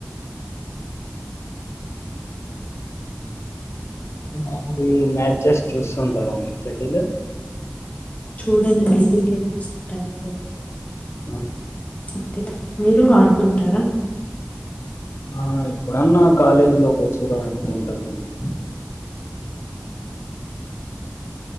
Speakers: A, on the left; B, on the left.
A: మామూలు ఈ మ్యాచ్ జస్ట్ చూస్తూ ఉంటారా <unintelligible>
B: చూడండి బయటే <inaudible> గా
A: ఆ
B: అంతే మీరు ఆడుతూ ఉంటారా
A: ఆ ఎప్పుడన్న కాలేజీలో కల్చరల్ ఆడుతుంటానండి